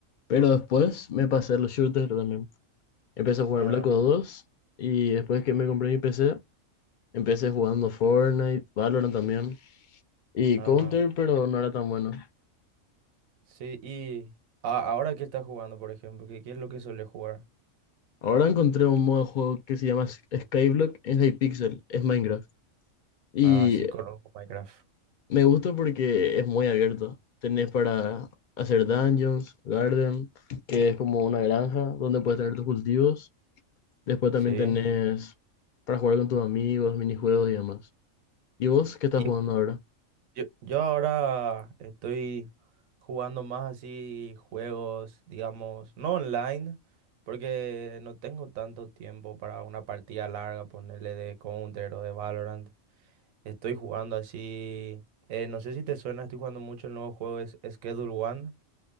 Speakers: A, on the left; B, on the right.
A: Pero después me pasé a los shooters también. Empecé a jugar
B: Ah,
A: Black Ops dos y después que me compré mi PC, Empecé jugando Fortnite, Valorant también y
B: ajá.
A: Counter, pero no era tan bueno.
B: Sí, y a- ahora qué estás jugando, por ejemplo, ¿qué, qué es lo que suele jugar?
A: Ahora encontré un modo de juego que se llama Sk- Skyblock, es de Hypixel, es Minecraft. Y
B: Ah, sí, conozco Minecraft.
A: me gusta porque es muy abierto. Tenés para hacer dungeons, garden, que es como una granja donde puedes tener tus cultivos. Después también
B: Sí.
A: tenés para jugar con tus amigos, minijuegos y demás. ¿Y vos qué estás
B: Y
A: jugando
B: ju-
A: ahora?
B: yo, yo ahora estoy jugando más así juegos, digamos, no online, porque no tengo tanto tiempo para una partida larga, ponerle de Counter o de Valorant. Estoy jugando así, eh, no sé si te suena, estoy jugando mucho el nuevo juego es Schedule One,